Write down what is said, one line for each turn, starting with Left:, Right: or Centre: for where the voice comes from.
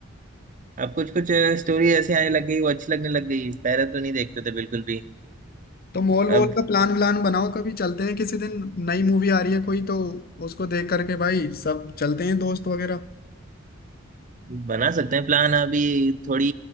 Right: अब कुछ कुछ स्टोरी ऐसी आने लग गई वो अच्छी लगने लग गई पहले तो नहीं देखते थे बिल्कुल भी
Left: तो मॉल
Right: अब
Left: वॉल का प्लान व्लान बनाओ कभी चलते हैं किसी दिन नई मूवी आ रही है कोई तो उसको देख करके भाई सब चलते हैं दोस्त वगैरह
Right: बना सकते हैं प्लान अभी थोड़ी